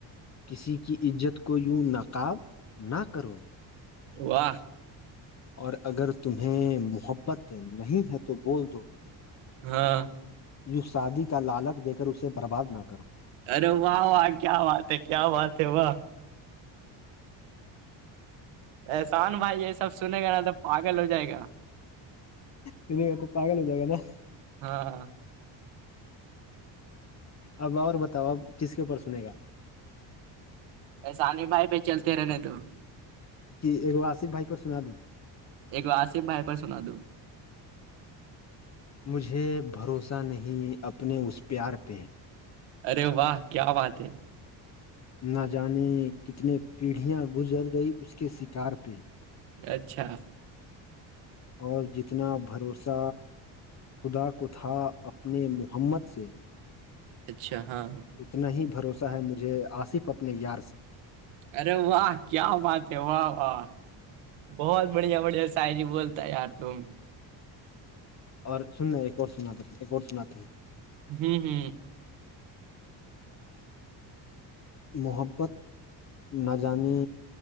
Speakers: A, on the left; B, on the right.
A: کسی کی عزت کو یوں نقاب نہ کرو
B: واہ
A: اور اگر تمہیں محبت نہیں ہے تو بول دو
B: ہاں
A: یو سعادی کا لالک دے کر اسے برباد نہ کرو
B: ارے واہ واہ کیا بات ہے کیا بات ہے واہ احسان بھائی یہ سب سنے گا نا توب پاگل ہو جائے گا
A: ت نہیں تو پاگل ہو جائے گا نا
B: ہاں
A: اب اور بتاؤ اب کس کے اوپر سنے گا
B: ایسانی بھائی پہ چلتے رہنے تو
A: کہگو آصف بھائی پ سنا دووں
B: ایک آصف بھائی پر سنا دووں
A: مجھے بھروسہ نہیں اپنے اس پیار پہ
B: ارے واہ کیا بات ہے
A: نہ جانے کتنے پیڑھیاں گزر گئی اس کے شکار پہ
B: اچھا
A: اور جتنا بھروسہ خدا کو تھا اپنے محمد سے
B: اچھا ہاںاں
A: اتنا ہی بھروسہ ہے مجھے آصف اپنے یار سے
B: ارے واہ کیا بات ہے واہ واہ بہت بڑھیا بڑھیا شاعری بولتا ہے یار تم
A: اور سننا ایک اور سناتے ہیں ایک اور سناتے ہیں
B: ہوں ہ
A: محبت نہ جانے